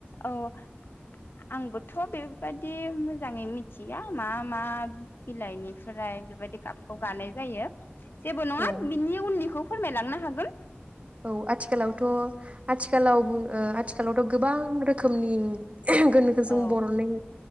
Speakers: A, on the left; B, on the right.
A: औ आ-आ-आंबोथ' बे बायदि मोजाङै मिथिया मा मा बिलाइनिफ्राय बेबायदि गाबखौ गानाय जायो। जेबो नङा
B: औ
A: बिनि उननिखौ फोरमायलांनो हागोन।
B: औ आथिखालावथ' आ थिखालाव ओ आथिखालावथ' गोबां रोखोमनि गोनोखो जों
A: औ
B: बरननाय